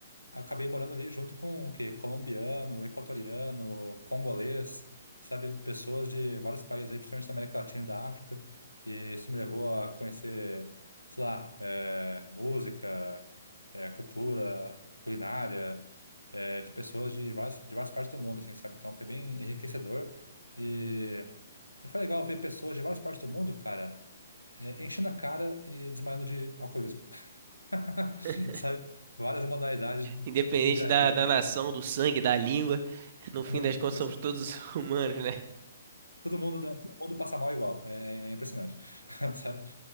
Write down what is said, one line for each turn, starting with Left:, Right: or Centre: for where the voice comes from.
Left: acabei morando ali junto com o quê? Colombiano, equatoriano, congolês, sabe? Pessoas de vários países aí, principalmente da América Latina e da África. E isso me levou a conhecer, sei lá, eh, música, eh, cultura, culinária, eh, de pessoas de várias, de várias partes do mundo, assim, sabe? Então foi bem enriquecedor. E, e foi legal ver pessoas de várias partes do mundo, cara, eh, enchendo a cara e desmaiando de alcoolismo. <laughs>
Right: <laughs>
Left: Sabe? Várias modalidades de
Right: Independente
Left: embriagueza.
Right: da, da nação, do sangue, da língua, no
Left: <laughs>
Right: fim das contas
Left: Esse-
Right: somos todos <laughs> humanos, né?
Left: Todo mundo, dá- todo mundo passa mal igual. É, é impressionante. <laughs> Sabe?